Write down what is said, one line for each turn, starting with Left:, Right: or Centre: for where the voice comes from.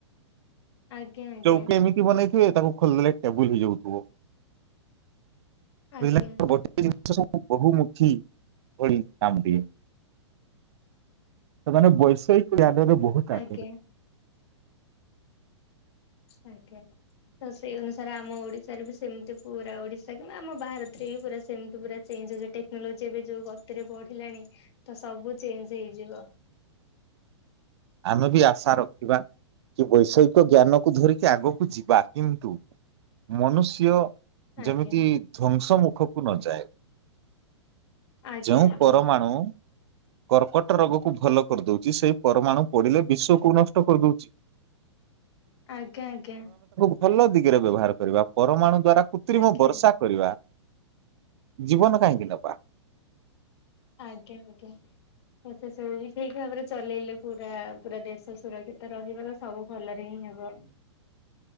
Left: ଆଜ୍ଞା ଆଜ୍ଞା
Right: ଚୌକି ଏମିତି ବନେଇ ତାଙ୍କୁ ଖୋଲ ଦେଲେ ଟେବୁଲ ହେଇଯାଉଥିବ।
Left: ଆଜ୍ଞା
Right: <unintelligible> ଗୋଟେ ଜିନିଷ ସବୁ ବହୁମୁଖୀ ଭଳି କାମଟିଏ। ସେମାନେ ବୈଷୟିକ <unintelligible> ବହୁତ
Left: ଆଜ୍ଞା
Right: ଆଗରେ
Left: ଆଜ୍ଞା, ତ ସେଇ ଅନୁସାରେ ଆମ ଓଡିଶାରେ ବି ସେମିତି ପୁରା ଓଡିଶା କିମ୍ବା ଆମ ଭାରତରେ ବି ପା ସେମତି ପୁରା ଚେଞ୍ଜ ହେଇଯବ, ଟେକ୍ନୋଲୋଜି ଏବେ ଯୋଉ ଗତିରେ ବଢିଲାଣି ତ ସବୁ ଚେଞ୍ଜ ହେଇଯିବ।
Right: ଆମେ ବି ଆଶା ରଖିବା, କି ବୈଷୟିକ ଜ୍ଞାନକୁ ଧରିକି ଆଗକୁ ଯିବା, କିନ୍ତୁ ମନୁଷ୍ୟ
Left: ଆଜ୍ଞା
Right: ଯେମିତି ଧ୍ଵଂସ ମୁଖକୁ ନଯାଏ।
Left: ଆଜ୍ଞା
Right: ଯେଉଁ
Left: ଆଜ୍ଞା
Right: ପରମାଣୁ କର୍କଟ ରୋଗ କୁ ଭଲ କରିଦଉଛି, ସେଇ ପରମାଣୁ, ପଡ଼ିଲେ, ବିଶ୍ୱକୁ ନଷ୍ଟ କରିଦେଉଛି।
Left: ଆଜ୍ଞା, ଆଜ୍ଞା।
Right: ଭଲ ଦିଗରେ ବ୍ୟବହାର କରିବା, ପରମାଣୁ ଦ୍ଵାରା, କୃତ୍ରିମ
Left: ଆଜ୍ଞା
Right: ବର୍ଷା କରିବା। ଜୀବନ କାହିଁକି ନେବା
Left: ଆଜ୍ଞା ଆଜ୍ଞା। ତ ସେ ସବୁ ବି ଠିକ ଭାବରେ ଚଲେଇଲେ ପୁରା ପୁରା ଦେଶ ସୁରକ୍ଷିତ ରହିବାର ସବୁ ଭଲରେ ହିଁ ହେବ।